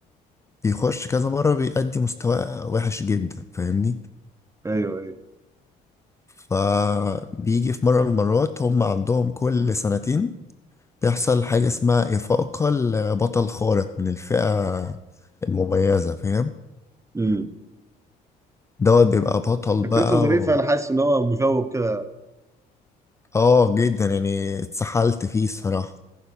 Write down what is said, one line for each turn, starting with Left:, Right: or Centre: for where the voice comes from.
Left: بيخش كذا مرة بيأدي مستوى وحش جدا فاهمني
Right: ايوه ايوه
Left: فبيجي في مرة من المرات هم عندهم كل سنتين بيحصل حاجة اسمها إفاقة لبطل خارق من الفئة المميزة فاهم
Right: امم
Left: دوت بيبقى بطل
Right: فكرته
Left: بقى
Right: ظريفه
Left: و...
Right: انا حاسس ان هو مشوق كده
Left: اه جدا يعني اتسحلت فيه الصراحة